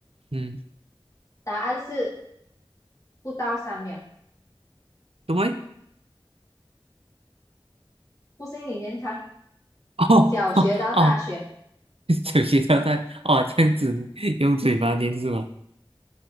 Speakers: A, on the right (about 85°); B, on the left (about 35°).
A: 嗯，
B: 答案是不到三秒。
A: 什么
B: 不信你先看，
A: <laughs> 哦哦哦，
B: 小学到大学
A: <laughs> 酒精胶代哦，这样子用嘴巴念是吗？